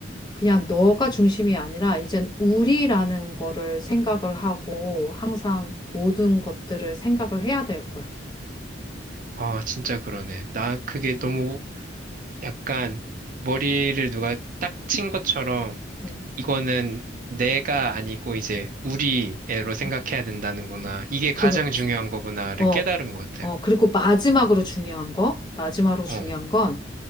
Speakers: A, on the left (about 25°); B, on the right (about 45°).
A: 그냥 너가 중심이 아니라 이젠 우리라는 거를 생각을 하고 항상 모든 것들을 생각을 해야 될 거야.
B: 아, 진짜 그러네. 나 그게 너무 약간 머리를 누가 딱 친 것처럼
A: 응,
B: 이거는 내가 아니고 이제 우리 애로 생각해야
A: 응.
B: 된다는구나. 이게 가장
A: 그렇지.
B: 중요한 거구나를
A: 어,
B: 깨달은 것 같아요.
A: 어, 그리고 마지막으로 중요한 거, 마지막으로 중요한
B: 어,
A: 건,